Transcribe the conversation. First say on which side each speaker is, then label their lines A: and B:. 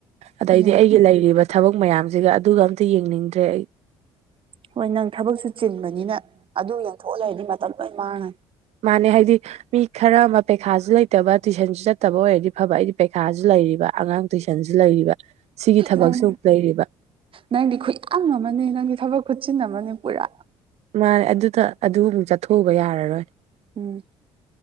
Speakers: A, on the right (about 65°); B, on the right (about 50°).
A: ꯑꯗꯩꯗꯤ
B: ꯌꯥꯗꯦ
A: ꯑꯩꯒꯤ ꯂꯩꯔꯤꯕ ꯊꯕꯛ ꯃꯌꯥꯝꯁꯤꯒ ꯑꯗꯨꯒ ꯑꯝꯇ ꯌꯦꯡꯅꯤꯡꯗ꯭ꯔꯦ ꯑꯩ
B: ꯍꯣꯏ ꯅꯪ ꯊꯕꯛꯁꯨ ꯆꯤꯟꯕꯅꯤꯅ ꯑꯗꯨ ꯌꯦꯡꯊꯣꯛꯑ ꯂꯩꯔꯗꯤ ꯃꯇꯝ ꯂꯣꯏꯅ ꯃꯥꯡꯉꯅꯤ
A: ꯃꯥꯅꯦ ꯍꯥꯏꯗꯤ ꯃꯤ ꯈꯔ ꯑꯃ ꯄꯩꯈꯥꯁꯨ ꯂꯩꯇꯕ ꯇꯨꯏꯁꯟꯁꯨ ꯆꯠꯇꯕ ꯑꯣꯏꯔꯗꯤ ꯐꯕ ꯑꯩꯗꯤ ꯄꯩꯈꯥꯁꯨ ꯂꯩꯔꯤꯕ ꯑꯉꯥꯡ ꯇꯨꯏꯁꯟꯁꯨ ꯂꯩꯔꯤꯕ ꯁꯤꯒꯤ ꯊꯕꯛꯁꯨ
B: ꯅꯪ
A: ꯑꯃꯨꯛ ꯂꯩꯔꯤꯕ
B: ꯅꯪꯗꯤ ꯈꯨꯌꯥꯝ ꯑꯃꯅꯤ ꯅꯪꯗꯤ ꯊꯕꯛ ꯈꯨꯠꯁꯤꯤꯟ ꯑꯃꯅꯤ ꯄꯨꯔꯥ
A: ꯃꯥꯅꯦ ꯑꯗꯨꯗ ꯑꯗꯨꯃꯨꯛ ꯆꯠꯊꯣꯛꯎꯕ ꯌꯥꯔꯔꯣꯏ
B: ꯎꯝ